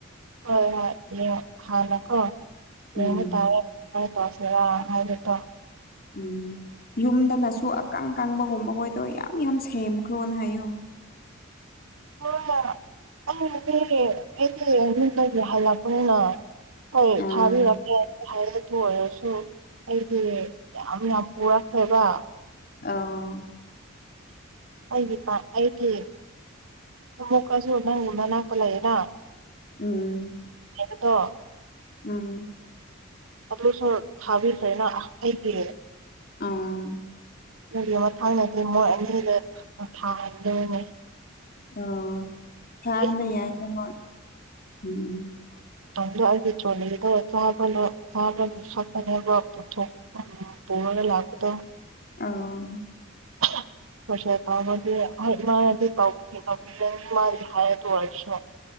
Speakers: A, on the right; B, on the left.
A: ꯍꯣꯏ ꯍꯣꯏ ꯌꯦꯡ ꯍꯥꯟꯅꯀꯣ ꯌꯦꯡꯕ
B: ꯎꯝ
A: ꯇꯥꯔꯦ ꯀꯔꯤ ꯇꯧꯁꯤꯔꯥ ꯍꯥꯏꯕꯗꯣ
B: ꯎꯝ ꯌꯨꯝꯗꯅꯁꯨ ꯑꯀꯪ ꯑꯀꯪꯕꯒꯨꯝꯕ ꯒꯣꯏꯗꯣ ꯌꯥꯝ ꯌꯥꯝ ꯁꯦꯝꯈ꯭ꯔꯣꯅ ꯍꯥꯏꯌꯣ
A: ꯍꯣꯏ ꯑꯩꯅꯗꯤ ꯑꯩꯗꯤ ꯌꯨꯝꯗꯒꯤ ꯍꯜꯂꯛꯄꯅꯤꯅ ꯍꯣꯏ
B: ꯑꯥ
A: ꯊꯥꯕꯤꯔꯛꯀꯦ <unintelligible> ꯇꯨ ꯑꯣꯏꯔꯁꯨ ꯑꯩꯗꯤ ꯌꯥꯝ ꯌꯥꯝ ꯄꯨꯔꯛꯈ꯭ꯔꯦꯕ
B: ꯑꯥ
A: ꯑꯩꯒꯤ ꯇꯥꯏꯞ ꯑꯩꯒꯤ ꯑꯃꯨꯛꯀꯁꯨ ꯅꯪꯒꯤ ꯅꯥꯅꯛꯇ ꯂꯩꯌꯦꯅ
B: ꯎꯝ
A: ꯑꯗꯣ
B: ꯎꯝ
A: ꯑꯗꯨꯁꯨ ꯊꯥꯕꯤꯈ꯭ꯔꯦꯅ ꯑꯩꯗꯤ
B: ꯑꯧ
A: ꯑꯗꯨꯒꯤ ꯃꯊꯪꯗꯗꯤ ꯃꯣꯏ ꯑꯅꯤꯗ ꯊꯥꯍꯟꯗꯣꯏꯅꯦ
B: <unintelligible> ꯊꯥꯍꯟꯕ
A: <unintelligible>
B: ꯌꯥꯏꯗ ꯍꯣꯏ ꯎꯝ
A: ꯇꯨꯡꯗ ꯑꯩꯒꯤ ꯇꯔꯣꯂꯤꯗꯣ <unintelligible> ꯄꯨꯊꯣꯛ <inaudible> ꯄꯨꯔꯒ ꯂꯥꯛꯄꯗꯣ
B: ꯑꯥꯎ
A: <inaudible> <unintelligible> ꯗꯨ ꯑꯣꯏꯔꯁꯨ